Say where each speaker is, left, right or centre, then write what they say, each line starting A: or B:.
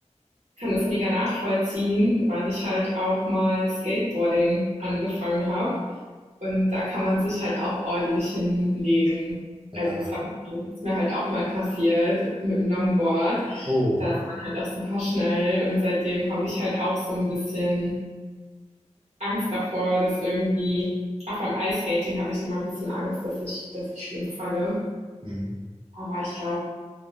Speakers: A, on the right; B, on the right.
A: kann das mega nachvollziehen, weil ich halt auch mal Skateboarding angefangen habe. Und da kann man sich halt auch ordentlich hinlegen.
B: Ja.
A: Also es hab, das ist mir halt auch mal passiert mit dem Longboard.
B: Oh.
A: Da ist man halt auch super schnell und seitdem habe ich halt auch so ein bisschen Angst davor, dass irgendwie, auch beim Eiskating habe ich immer ein bisschen Angst, dass ich, dass ich schlimm falle.
B: Mhm.
A: Aber ich glaube,